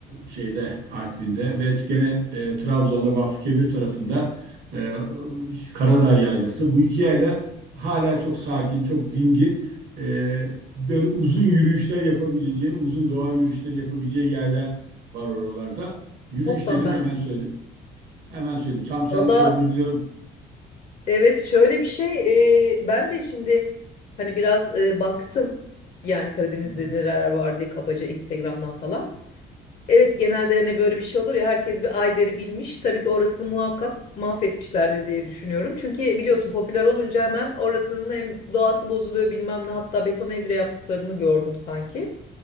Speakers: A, on the right; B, on the left.
A: şeyde Artvin'de ve gene e, Trabzon'da Vakfıkebir tarafında e, Karadağ Yaylası. Bu iki yayla hala çok sakin, çok dingin. Ee, böyle uzun yürüyüşler yapabileceğin, uzun doğa yürüyüşleri yapabileceğin yerler var oralarda. Yürüyüş
B: Of tam
A: dedim
B: benlik.
A: hemen söyledim. Hemen söyledim. Tam senlik
B: Valla
A: olduğunu biliyorum.
B: evet şöyle bir şey e, ben de şimdi hani biraz e, baktım yani Karadeniz'de
A: Hı hı.
B: neler var diye kabaca Instagram'dan falan. Evet genelde hani böyle bir şey olur ya herkes bir Ayder'i bilmiş. Tabii ki orasını muhakkak mahvetmişlerdir diye düşünüyorum. Çünkü biliyorsun popüler olunca hemen orasının hem doğası bozuluyor bilmem ne hatta beton ev bile yaptıklarını gördüm sanki.